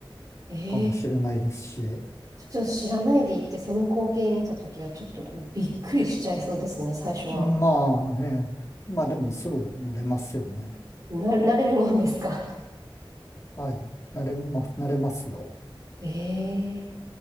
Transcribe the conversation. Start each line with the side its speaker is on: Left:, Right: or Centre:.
Right: ええ
Left: かもしれないですし、う
Right: ちょっと知らないで行って、その光景見たときは、ちょっとびっくりしちゃいそうですね、最初は。
Left: んまあ、ええ、まあでもすぐ慣れますよね。
Right: な、慣れるもんですか
Left: はい、慣れま、慣れますよ。
Right: <laughs> ええ